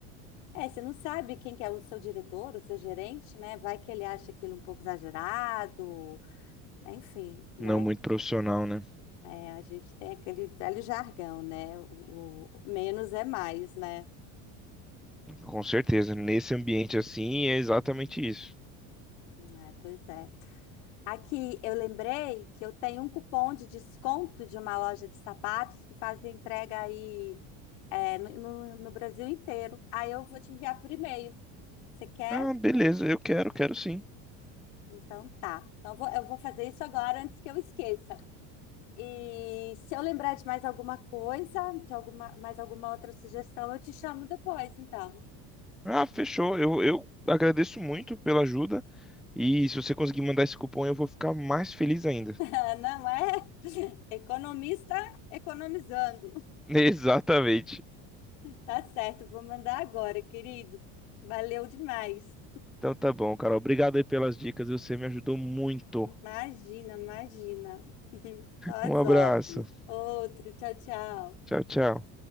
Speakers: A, on the left; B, in the centre.
A: É, você não sabe quem que é o seu diretor, o seu gerente, né? Vai que ele acha aquilo um pouco exagerado, né? Enfim, né?
B: Não muito profissional, né?
A: É, a gente tem aquele velho jargão, né? O, o menos é mais, né?
B: Com certeza. Nesse ambiente assim é exatamente isso.
A: É, pois é. Aqui eu lembrei que eu tenho um cupom de desconto de uma loja de sapatos que faz entrega aí é, no, no no Brasil inteiro. Aí eu vou te enviar por e-mail. Você quer?
B: Ah, beleza, eu quero, quero sim.
A: Então tá. Então eu vou eu vou fazer isso agora antes que eu esqueça. E se eu lembrar de mais alguma coisa, de alguma, mais alguma outra sugestão, eu te chamo depois, então.
B: Ah, fechou. Eu, eu agradeço muito pela ajuda. E se você conseguir mandar esse cupom, eu vou ficar mais feliz ainda.
A: <laughs> Não é? Economista economizando.
B: <laughs> Exatamente.
A: Tá certo, vou mandar agora, querido. Valeu demais.
B: Então tá bom, Carol. Obrigado aí pelas dicas. Você me ajudou muito.
A: Imagina, imagina. <laughs> Só as
B: Um abraço.
A: ordens. Outro, tchau, tchau.
B: Tchau, tchau.